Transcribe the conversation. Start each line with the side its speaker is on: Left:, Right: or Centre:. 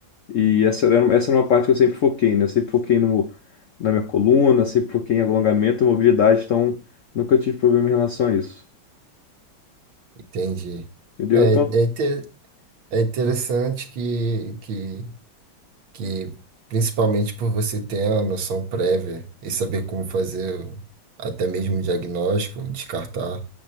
Left: E essa era, essa era uma parte que eu sempre foquei, né? Eu sempre foquei no, na minha coluna, sempre foquei em alongamento, mobilidade, então nunca tive problema em relação a isso.
Right: Entendi.
Left: Entendeu?
Right: É,
Left: Então,
Right: é, inte- é interessante que, que, que, principalmente por você ter a noção prévia e saber como fazer o- até mesmo o diagnóstico, descartar